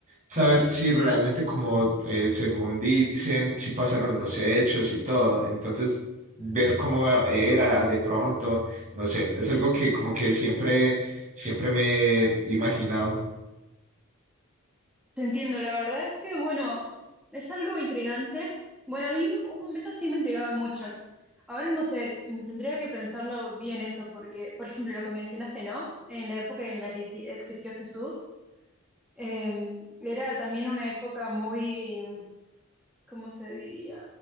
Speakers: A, on the right; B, in the centre.
A: saber si realmente como eh, según dicen, si pasaron los hechos y todo. Entonces, ver cómo era de pronto, no sé, es algo que como que siempre, siempre me he imaginado.
B: Te entiendo, la verdad es que, bueno, es algo intrigante. Bueno, a mí un un momento sí me intrigaba mucho. Ahora no sé, mm, tendría que pensarlo bien eso, porque, por ejemplo, lo que mencionaste, ¿no? En la época en la que je- existió Jesús, em, era también una época muy, ¿cómo se diría?